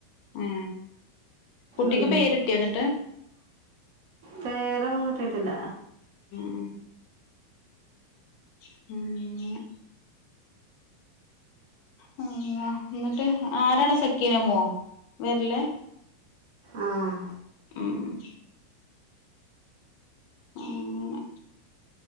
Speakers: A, on the left (about 40°); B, on the right (about 55°).
A: ഉം കുട്ടിക്ക്
B: ഉം
A: പേര്ട്ടിയോ ന്നട്ട്.
B: പേരൊന്നും കിട്ടീട്ടില്ല.
A: ഉം ഊം മ് ന്ന എന്നിട്ട് ആരാണ് സക്കീനമ്മോ വരില്ല
B: ആഹ്
A: മ് ങ്ങനെ